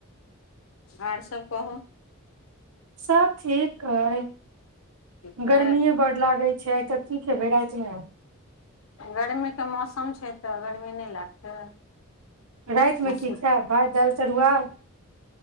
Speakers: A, on the left; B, on the right.
A: आओर सभ कहू
B: सब ठीक हइ
A: ठीक छै
B: गर्मीए बढ़ लागय <inaudible> बेइ छै ने <unintelligible>
A: गरमीकेँ मौसम छैक तऽ गरमी नहि लागतै
B: राइत
A: मौसम
B: मे की खायब भात दायिल तरुआ